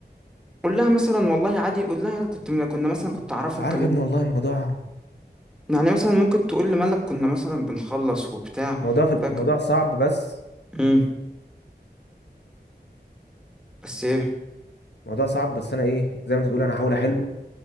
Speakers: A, in the centre; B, on the left.
A: قول لها مثلا والله عادي قول لها يا كنت من... كنا مثلا كنت اعرفك
B: مش عارف
A: كان
B: يا ابني والله الموضوع
A: يعني مثلا ممكن تقول لمالك كنا مثلا بنخلص وبتاع
B: موضوع في الموضوع
A: فاكر
B: صعب بس
A: امم بس ايه
B: موضوع صعب بس انا ايه زي ما انت بتقول انا هحاول احله